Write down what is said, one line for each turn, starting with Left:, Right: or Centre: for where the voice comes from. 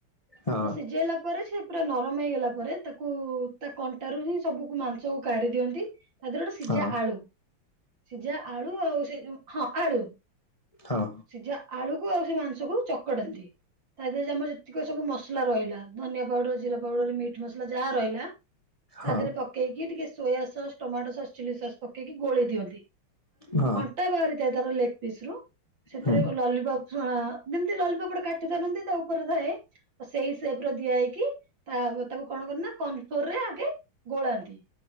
Left: ହଁ
Right: ତ ସିଜେଇଲା ପରେ ସେ ପୁରା ନରମ ହେଇଗଲା ପରେ ତାକୁ ତା କଣ୍ଟାରୁ ହିଁ ସବୁକୁ ମାଂସକୁ କାଢି ଦିଅନ୍ତି ତା ଧିଅରେ ଗୋଟେ ସିଜା
Left: ହଁ।
Right: ଆଳୁ ସିଜା ଆଳୁ ଆଉ ସେ ଯୋଉ ହଁ ଆଳୁ
Left: ହଁ।
Right: ସିଜା ଆଳୁକୁ ଆଉ ସେ ମାଂସକୁ ଚକଡନ୍ତି ତା ଦେହରେ ଯାମର ତିକ ସବୁ ମସଲା ରହିଲା ଧନିଆ ପାଉଡର ଜିରା ପାଉଡର ମିଟ୍ ମସଲା ଯା ରହିଲା।
Left: ହଁ
Right: ତାଧେରେ ପକେଇକି ଟିକେ soya sauce tomato sauce chilli sauce ପକେଇକି ଗୋଳେଇ ଦିଅନ୍ତି।
Left: ହଁ।
Right: ଟା ବାହାରିଥାଏ ତାର ଲେଗ ପିସରୁ ସେଥେରେ
Left: ହୁଁ
Right: ଲଲିପପ୍ ହାଁ ଯେମିତି ଲଲି ଯୋଉ ପଟେ କାଠି ଧରନ୍ତି ତା ଉପରେ ଥାଏ। ତ ସେଇ ସେପର ଦିଆ ହେଇକି ତା ତାକୁ କଣ କରନ୍ତି ନା କର୍ଣ୍ଣଫ୍ଲୋରରେ ଆଗେ ଗୋଳାନ୍ତି।